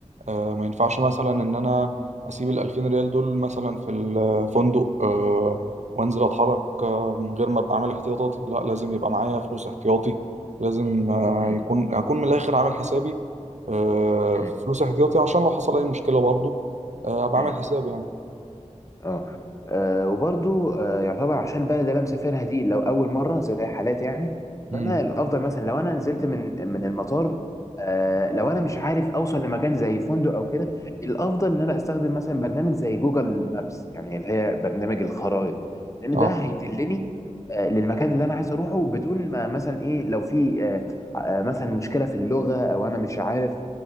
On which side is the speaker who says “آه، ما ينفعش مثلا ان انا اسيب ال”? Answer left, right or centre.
Right